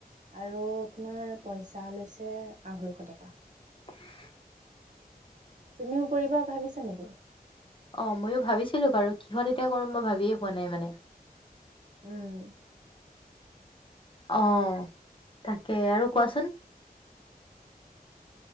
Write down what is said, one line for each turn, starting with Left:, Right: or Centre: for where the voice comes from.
Right: আৰু আপোনাৰৰ পইচা লৈছে আঢ়ৈশ টকা।
Left: <inaudible>
Right: তুমিও কৰিবা ভাবিছা নেকি?
Left: অ ময়ো ভাবিছিলো বাৰু কিহত এতিয়া কৰিম মই ভাবিয়ে পোৱা নাই মানে।
Right: উম।
Left: আহ তাকে! আৰু কোৱাচোন?